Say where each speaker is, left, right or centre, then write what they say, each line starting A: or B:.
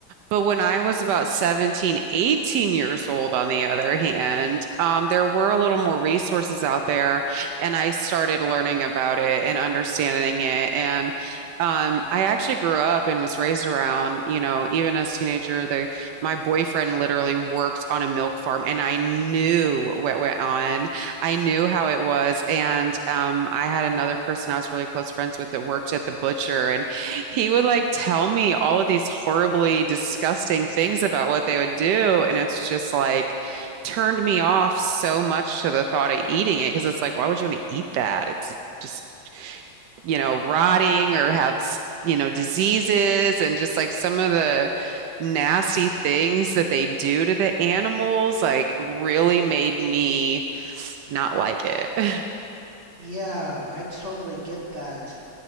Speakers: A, on the right (about 75°); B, on the right (about 35°).
A: But when I was about 17, 18 years old, on the other hand, um, there were a little more resources out there, and I started learning about it and understanding it. And um, I actually grew up and was raised around, you know, even as a teenager, the my boyfriend literally worked on a milk farm, and I knew what went on. I knew how it was, and um, I had another person I was really close friends with that worked at the butcher, and he would like tell me all of these horribly disgusting things about what they would do. And it's just like turned me off so much to the thought of eating it because it's like, why would you want to eat that? It's just, you know, rotting or have, you know, diseases and just like some of the nasty things that they do to the animals, like really made me not like it. <laughs>
B: Yeah, I totally get that.